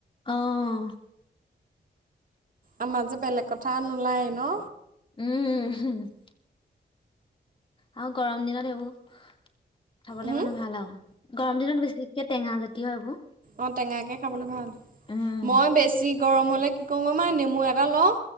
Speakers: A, on the left; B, on the right.
A: অঁ
B: আমাৰ যে বেলেগ কথা নোলায় ন
A: উম আৰু গৰম দিনত এইবোৰ খাবলে
B: হুম,
A: মানে ভাল আৰু গৰম দিনত বেছিকে টেঙা জাতি হয়। এইবোৰ
B: অঁ টেঙাকে খাবলৈ ভাল
A: উম
B: মই বেছি গৰম হ'লে কি কৰওঁ গ মা নেমু এটা লওঁ